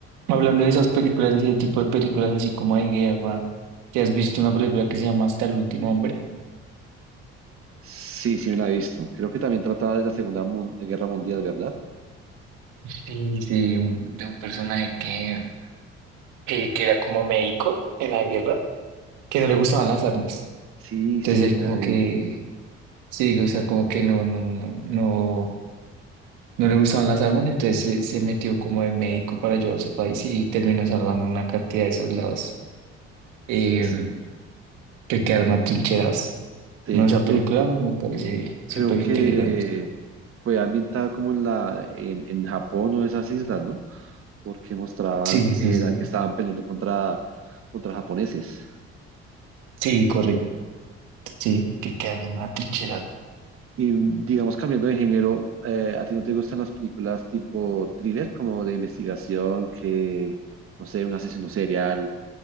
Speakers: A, on the right (about 80°); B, on the right (about 45°).
A: Hablando de esas películas, de ese tipo de películas así como de guerra, ¿te has visto una película que se llama Hasta el último hombre?
B: Sí, sí me la he visto. Creo que también trataba de la Segunda Mun- Guerra Mundial, ¿verdad?
A: Sí, sí, un- de un personaje que, que, que era como médico en la guerra, que no le gustaban las armas.
B: Sí,
A: Entonces
B: sí,
A: él como
B: la vi.
A: que, sí, o sea, como que no, no, no, no, no le gustaban las armas, entonces se, se metió como de médico para ayudar a su país y terminó salvando una cantidad de soldados eh,
B: Es-
A: que quedaron atrincherados.
B: De
A: No,
B: hecho,
A: esa
B: creo
A: película
B: que,
A: me parece súper
B: creo que
A: interesante.
B: fue ambientada como en la, en, en Japón o esas islas, ¿no? Porque mostraban
A: Sí,
B: que
A: sí, sí.
B: era, que estaban peleando contra, contra japoneses.
A: Sí, correcto, sí, que quedan en la trinchera.
B: Y digamos, cambiando de género, eh, ¿a ti no te gustan las películas tipo thriller, como de investigación, que, no sé, un asesino serial,